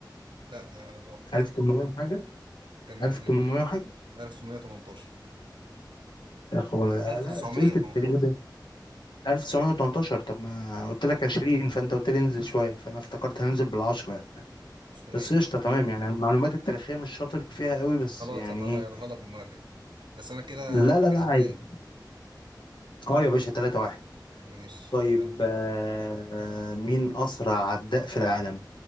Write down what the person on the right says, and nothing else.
لا آه، غلط
كان
1918
1918
<laughs>
خلاص
هبقى
اغيرها لك المرة الجاية بس انا كده
كسبان
ماشي
يلا